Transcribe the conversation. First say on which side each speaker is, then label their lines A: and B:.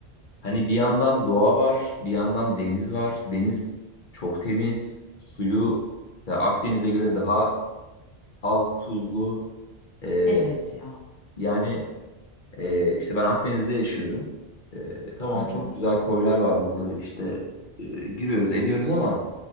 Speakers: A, on the left (about 50°); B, on the left (about 25°).
A: Hani bir yandan doğa var, bir yandan deniz var. Deniz çok temiz. Suyu da Akdeniz'e göre daha az tuzlu. Ee,
B: Evet ya.
A: yani Ee, işte ben Akdeniz'de yaşıyorum. Ee, tamam
B: Hı hı.
A: çok güzel koylar var burada işte e, giriyoruz ediyoruz ama